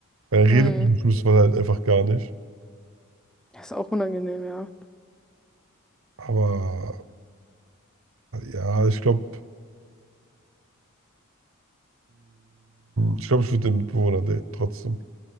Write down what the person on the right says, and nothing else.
Dann redet
man im Schluss man halt einfach gar nicht.
Aber ja, ich glaube, ich glaube, ich würde den Mitbewohner daten trotzdem.